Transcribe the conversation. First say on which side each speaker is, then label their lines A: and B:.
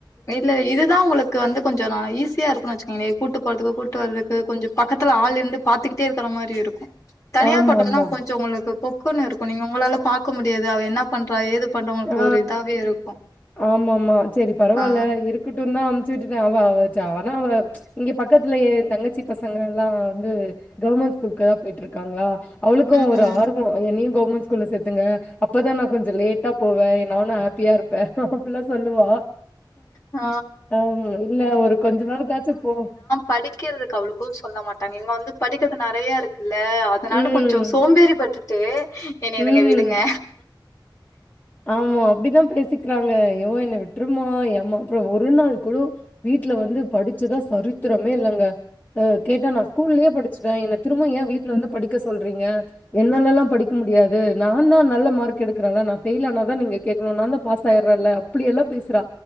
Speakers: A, on the left; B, on the left.
A: இல்ல இதுதா உங்குளுக் க்கு வந்து கொஞ்சோ நா ஈஸியா இருக்குன் வச்சுக்கங்களே கூட்டு போறதுக்கு கூட்டு வரதுக்கு கொஞ்சோ பக்கத்துல ஆள் இந்து பாத்துக்கிட்டே இருக்குற மாரி இருக்
B: <inaudible>
A: தனியா
B: ஆமாமா.
A: போட்டம்னா கொஞ்சோ ஒங்குளுக்கு பொக்குன்னு இருக்கு நீங்க ஒங்களால பாக்க முடியாது அவே என்னா பண்றா ஏது பண்றா உங்களுக்கு
B: அ
A: ஒரு இதாவே இருக்கு
B: ஆமாமா செரி பரவால்ல
A: ஆ
B: இருக் குட்டுன் தா அம்ச்சு விட்டுட்டே அவ அவ ச்ச ஆன அவ இங்க பக்கத்ல ஏ தங்கச்சி பசங்க எல்லா வந்து கவர்மெண்ட் ஸ்கூலுக்கு தா பெயிட்டு இருக்காங்ளா அவுளுக்கு
A: ம்
B: ஒரு ஆர்வோ வரு என்னையு கவர்மெண்ட் ஸ்கூல்ல சேத்துங்க அப்பதா நா கொஞ்சோ லேட் டா போவே ஏ நானு ஹாப்பியா இருப்பே அப்பிலா சொல்லுவா
A: ஆ
B: ஆ ம் இல்ல ஒரு கொஞ்ச நாளுக்காச்சு போ
A: படிக்கறதுக்கு அவ்ளோக்கு சொல்ல மாட்டாங்க இங்க வந்து படிக்கறது நறையா இருக்குல்ல அதனால
B: ம்,
A: கொஞ்சோ சோம்பேறி பட்டுட்டு என்னைய
B: ம்.
A: நீங்க விடுங்க
B: ஆமா அப்டிதா பேசிக்கிறாங்க யோ என்ன விட்ருமா ஏமா அப்றோ ஒரு நாள் கூடோ வீட்ல வந்து படிச்சதா சரித்திரமே இல்லங்க அ கேட்டா நா ஸ்கூல்லே படிச்சுட்டே என்ன திரும்ப ஏ வீட்ல வந்து படிக்க சொல்றீங்க என்னாலல்லா படிக்க முடியாது நா தா நல்ல மார்க் எடுக்கறன்ல நா ஃபெயிலனா தா நீங்க கேக்குனு நாந்தா பாஸ் ஆயிறல இப்டி எல்லா பேசுறா